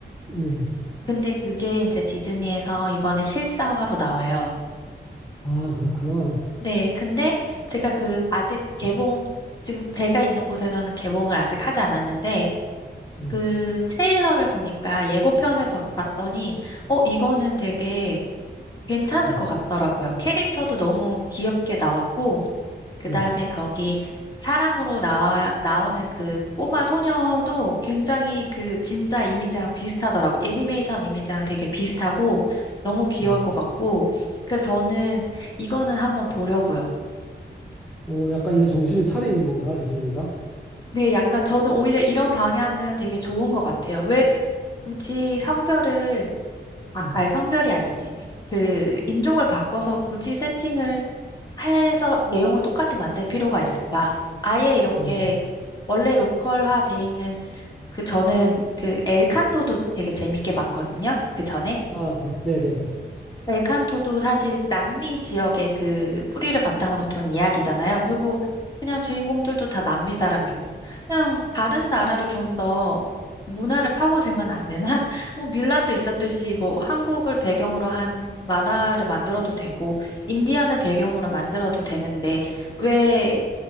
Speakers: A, in the centre; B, on the left.
A: 네.
B: 근데 그게 이제 디즈니에서 이번에 실사화로 나와요.
A: 아, 그렇구나.
B: 네, 근데 제가 그 아직 개봉, 지금 제가 있는 곳에서는 개봉을 아직 하지 않았는데
A: 네,
B: 그 트레일러를 보니까 예고편을 봐- 봤더니 어, 이거는 되게 괜찮을
A: 음,
B: 것 같더라고요. 캐릭터도 너무 귀엽게 나왔고 그
A: 네.
B: 다음에 거기 사람으로 나와, 나오는 그 꼬마 소녀도 굉장히 그 진짜 이미지랑 비슷하더라고. 애니메이션 이미지랑 되게 비슷하고 너무 귀여울
A: 음.
B: 것 같고. 그래서 저는 이거는 한번 보려고요.
A: 오, 약간 이제 정신을 차린 건가, 디즈니가?
B: 네, 약간 저는 오히려 이런 방향은 되게 좋은 것 같아요. 왜 굳이 성별을, 아,
A: 음,
B: 아니, 성별이 아니지. 그 인종을 바꿔서 굳이 세팅을 해서 내용을 똑같이 만들 필요가 있을까? 아예 이렇게
A: 음.
B: 원래 로컬화 돼 있는 그 저는 그 엘칸토도 되게 재밌게 봤거든요. 그 전에.
A: 아, 네, 네네 네.
B: 엘칸토도 사실 남미 지역의 그 뿌리를 바탕으로 둔 이야기잖아요. 그리고 그냥 주인공들도 다 남미 사람이고. 그냥 다른 나라를 좀 더 문화를 파고들면 안 되나? <laughs> 뭐 뮬란도 있었듯이 뭐 한국을 배경으로 한 만화를 만들어도 되고 인디아는 배경으로 만들어도 되는데 왜